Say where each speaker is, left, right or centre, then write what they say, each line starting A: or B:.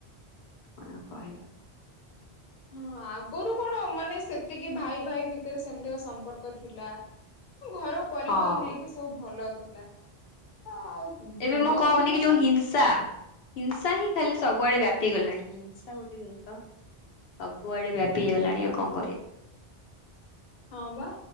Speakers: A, on the left; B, on the left.
A: କଣ ଆଉ କହିବ
B: ହଁ ଆଗରୁ କଣ ମାନେ ସେତିକି ଭାଇ ଭାଇ ଭିତରେ ସେମିତିକା ସମ୍ପର୍କ ଥିଲା। ଘର ପରିବାର
A: ହଁ
B: ନେଇକି ସବୁ ଭଲ ଥିଲା। ଆଉ ଦିନକୁ
A: ଏବେ ମୁଁ କହୁନି
B: ଦିନ
A: କି ଯୋଉ
B: ହଁ
A: ହିଂସା ହିଂସା ହିଁ ଖାଲି ସବୁ ସବୁଆଡେ ବ୍ୟାପି ଗଲାଣି। ହିଂସା ଗୋଟେ ଜିନିଷ ସବୁଆଡେ ବ୍ୟାପି ହେଇଗଲାଣି ଆଉ କଣ କରିବା?
B: ହଁ ବା